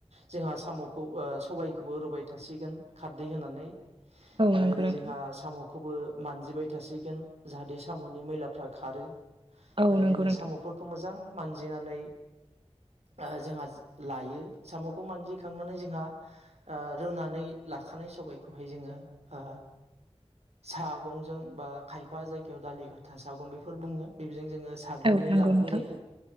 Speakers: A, on the right; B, on the right.
A: जोंहा साम'खौ ओ सबायखौबो रुबाय थासिगोन खारदै होनानै।
B: औ
A: आरो
B: नंगौ
A: ओरै
B: नोंथां
A: जोंहा साम'खौबो मानजिबाय थासिगोन जाहाथे साम'नि मैलाफ्रा खारो।
B: औ
A: ओ बिदिनो
B: नंगौ नोंथां
A: साम'फोरखौ मोजां मानजिनानै ओ जोंहा लायो। साम'खौ मानजिखांनानै जोंहा ओ रुनानै लाखानाय सबायखौहाय जोङो ओ सा बुंजों बा‌ खायफा जायगायाव दालि‌ गथा सागं बेफोर बुङो। बेजों जोङो साग्लिना
B: औ नंगौ
A: लानांगौ
B: नोंथां
A: जायो।